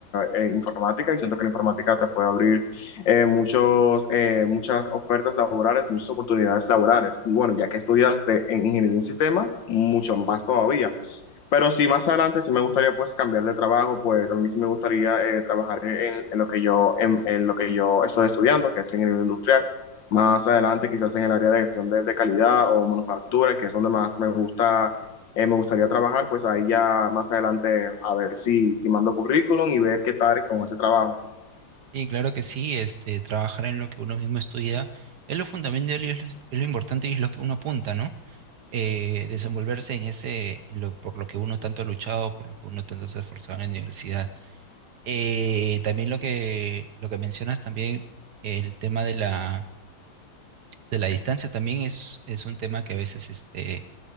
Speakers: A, on the left; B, on the right.
A: eh, informática y siento que la informática te puede abrir eh, muchos, eh, muchas ofertas laborales, muchas oportunidades laborales. Y bueno, ya que estudias de, en ingeniería en sistema, mucho más todavía. Pero sí, más adelante sí me gustaría pues cambiar de trabajo, pues a mí sí me gustaría eh, trabajar en, en lo que yo, en, en lo que yo estoy estudiando, que es ingeniería industrial. Más adelante quizás en el área de gestión de, de calidad o manufactura, que es donde más me gusta, eh, me gustaría trabajar, pues ahí ya más adelante a ver si, si mando currículum y ver qué tal con ese trabajo.
B: Y claro que sí, este, trabajar en lo que uno mismo estudia es lo fundamental y es lo, es lo importante y es lo que uno apunta, ¿no? Eh, desenvolverse en ese, en lo, por lo que uno tanto ha luchado, por lo que uno tanto se ha esforzado en la universidad. Eh, también lo que, lo que mencionas también, el tema de la de la distancia también es, es un tema que a veces, este,